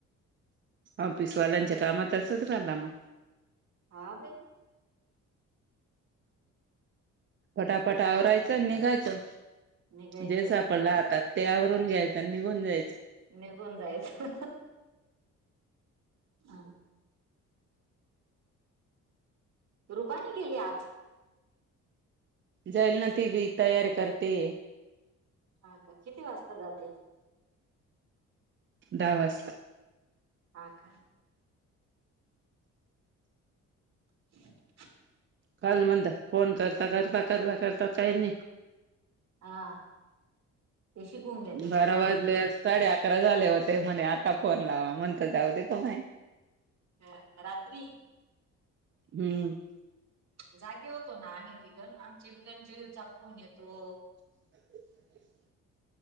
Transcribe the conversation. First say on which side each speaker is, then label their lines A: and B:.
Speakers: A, on the right; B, on the right.
A: ऑफिसवाल्यांच्या कामात तसंच करला मग.
B: हा भाई.
A: फटाफटा आवरायच आणि निघायचं
B: निघायचं
A: जेस आपण राहतात. ते आवरून घ्यायचं आणि निघून जायचं.
B: निघून जायचा आं रुपानी केली आज?
A: जायल ना ती बी तयारी करते.
B: हा का किती वाजता जाते?
A: दहा वाजता.
B: ह का <inaudible>
A: काल म्हणता फोन करता करता करला करता काही नाही.
B: हा ते शिकून घ्या तिच्याकडून
A: बारा वाजले साडे अकरा झाले होते म्हणे आता फोन लावा म्हणत जाऊ दे त माही.
B: ह रात्री
A: हम्म.
B: जागे होतो ना आम्ही बिघन आमचे बिघन जईरचा फोन येतो.
A: <inaudible>